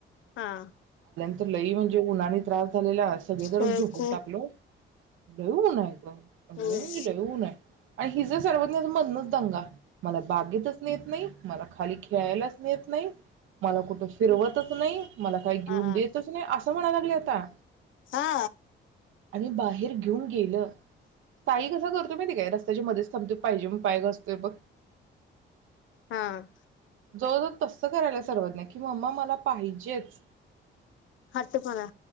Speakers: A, on the left; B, on the right.
A: हा
B: लई म्हणजे उन्हानी त्रास झालेला अ सगळे जणच
A: होय
B: झोपून
A: खूप
B: टाकलो लय ऊन आहे ग लय
A: होय
B: म्हणजे लय ऊन हाय. आणि हिज सर्वज्ञा चा मदनच दंगा मला बागेतच नेत नाही मला खाली खेळायलाच नेत नाही. मला कुठं फिरवतच नाही मला काही घेऊन
A: हा
B: देतच नाही असं म्हणायला लागली आता
A: हा
B: आणि बाहेर घेऊन गेलं साई कसा करतोय माहितीये काय रस्त्याच्या मध्येच थांबतोय पाहिजे म्हणून पाय घासतोय बघ.
A: हा
B: जवळ जव तसं करायला सर्वज्ञा की मम्मा मला पाहिजेच
A: हट्टपणा